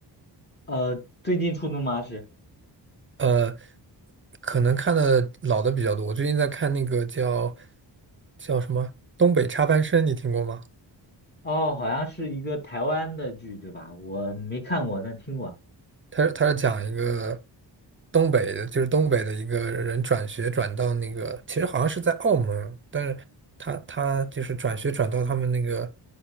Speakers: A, on the left; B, on the right.
A: 呃，最近出的吗？是
B: <laughs> 呃，可能看的老的比较多。我最近在看那个叫叫什么《东北插班生》，你听过吗？
A: 哦，好像是一个台湾的剧，对吧？我没看过，但听过。
B: 他他是讲一个东北的，就是东北的一个人转学转到那个，其实好像是在澳门，但是他他就是转学转到他们那个